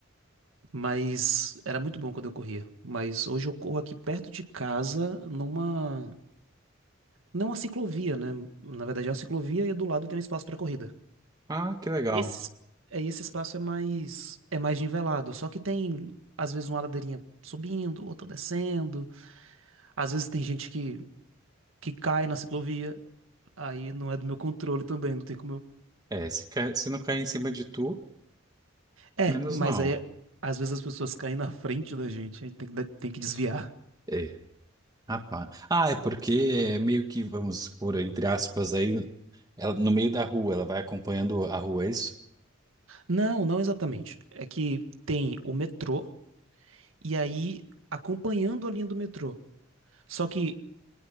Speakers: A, on the right; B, on the right.
A: Mas era muito bom quando eu corria. Mas hoje eu corro aqui perto de casa numa não uma ciclovia, né? Na verdade é uma ciclovia e do lado tem um espaço para corrida.
B: Ah, que legal.
A: E esse, é, e esse espaço é mais é mais nivelado, só que tem às vezes uma ladeirinha subindo, outra descendo. Às vezes tem gente que que cai na ciclovia, aí não é do meu controle também, não tem como eu.
B: É, se, cai- se não cair em cima de tu,
A: É,
B: menos
A: mas
B: mal.
A: aí às vezes as pessoas caem na frente da gente, aí tem que dar- tem que desviar.
B: É. Rapaz. Ah, é porque é meio que, vamos por entre aspas, aí, ela, no meio da rua, ela vai acompanhando a rua, é isso?
A: Não, não exatamente. É que tem o metrô e aí acompanhando a linha do metrô. Só que